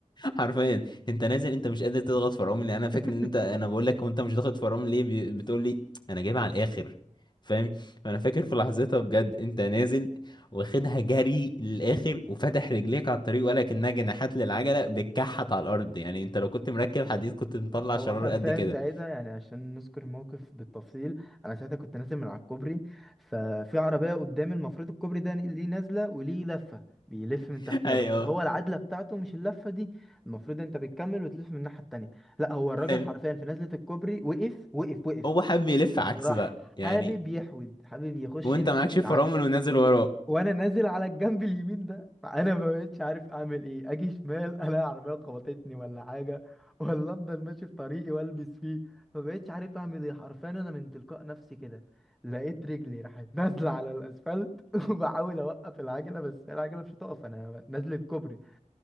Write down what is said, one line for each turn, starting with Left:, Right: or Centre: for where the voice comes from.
Left: حرفيا انت نازل انت مش قادر تضغط فرامل لان انا فاكر
Centre: <laughs>
Left: ان انت انا بقول لك وانت مش ضاغط فرامل ليه بي- بتقول لي انا جايبها على الاخر فاهم فانا فاكر في لحظتها بجد انت نازل واخدها جري للاخر وفتح رجليك على الطريق ولا كانها جناحات للعجله بتكحت على الارض يعني انت لو كنت مركب حديد كنت مطلع
Centre: هو
Left: شرار
Centre: حرفيا
Left: قد كده
Centre: ساعتها يعني عشان نذكر الموقف بالتفصيل انا ساعتها كنت نازل من على الكوبري ففي عربيه قدامي المفروض الكوبري ده ليه نازله وليه لفه بيلف من
Left: <laughs>
Centre: تحتيها
Left: ايوه
Centre: بس هو العدله بتاعته مش اللفه دي المفروض انت بتكمل وتلف من الناحيه التانيه لا هو الراجل
Left: حلو
Centre: حرفيا في نزله الكوبري وقف وقف وقف
Left: هو حب يلف عكس
Centre: وراح
Left: بقى يعني
Centre: حابب يحود حابب يخش
Left: وانت
Centre: اليمين
Left: معكش فرامل
Centre: العكس
Left: ونازل وراه
Centre: وانا نازل على الجنب اليمين ده فانا ما بقتش عارف اعمل ايه اجي شمال الاقي عربيه خبطتني ولا حاجه ولا افضل ماشي في طريقي والبس فيه ما بقتش عارف اعمل ايه حرفيا انا من تلقاء نفسي كده لقيت رجلي راحت نازله على الاسفلت <laughs> وبحاول اوقف العجله بس العجله مش هتقف انا نازله كوبري